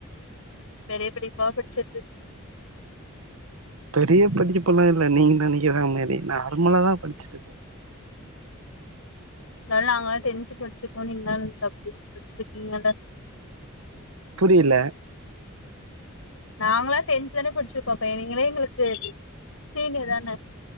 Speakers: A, on the left; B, on the right.
A: பெரிய படிப்பா படிச்சிர்கு
B: பெரிய படிக்கப்பலா இல்ல நீங்க நனைக்கிற மாரி நா ர்மலா தா படிச்சது
A: நல்லாங்க டென்து படிச்சிருப்போ நீங்ளா தப்பு நீங்களால படிச்சிருக்கீங்கள
B: புரில
A: நாங்களா டென்த் தான படிச்சிருப்போ அப்ப நீங்களே எங்ளுக்கு சீனியர் தான